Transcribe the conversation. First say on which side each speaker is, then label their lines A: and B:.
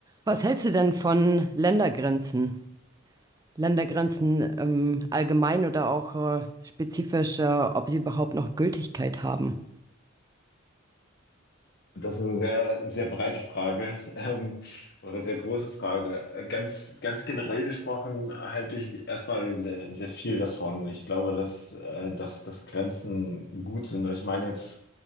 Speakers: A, on the right (about 20°); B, on the left (about 55°).
A: Was hältst du denn von Ländergrenzen? Ländergrenzen ähm, allgemein oder auch äh, spezifisch, äh, ob sie überhaupt noch Gültigkeit haben?
B: Das ist eine sehr, sehr breite Frage, <laughs> ähm, oder sehr große Frage. Äh, Ganz, ganz generell gesprochen halte ich erstmal sehr, sehr viel davon. Ich glaube, dass, äh, dass, dass Grenzen gut sind. Ich meine jetzt,